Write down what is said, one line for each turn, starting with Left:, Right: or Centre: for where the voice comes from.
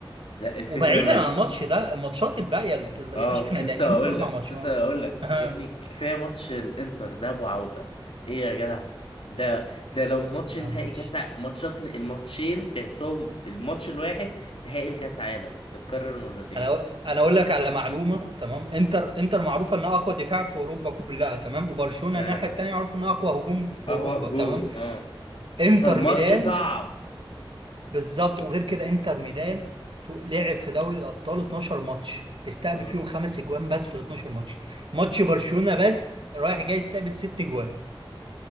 Left: لا الفكرة
Right: وبعيدا عن الماتش ده الماتشات الباقيه يا
Left: اه
Right: باشا
Left: كنت
Right: احنا
Left: لسه
Right: داقين
Left: هقول
Right: اربع
Left: لك
Right: ماتشات
Left: كنت لسه هقول لك
Right: <laughs>
Left: يا ابني كفايه ماتش الانتر ذهاب وعوده ايه يا جدع ده ده لو ماتش نهائي
Right: لا ماتش
Left: كاس ع- ماتشات الماتشين تحسهم الماتش الواحد نهائي الكاس عالم اتكرر مرتين
Right: انا انا اقول لك على معلومه تمام انتر انتر معروفه انها اقوى دفاع في اوروبا كلها تمام وبرشلونه
Left: فعلا
Right: الناحيه التانيه معروف انها اقوى هجوم في
Left: اه
Right: اوروبا
Left: هو هجوم
Right: تمام
Left: اه
Right: انتر
Left: فالماتش
Right: ميلان
Left: صعب
Right: بالظبط وغير كده انتر ميلان تو- لعب في دوري الابطال 12 ماتش استقبل
Left: اه
Right: فيهم خمس اجوان بس في ال 12 ماتش ماتش برشلونه بس رايح جاي استقبل ست اجوان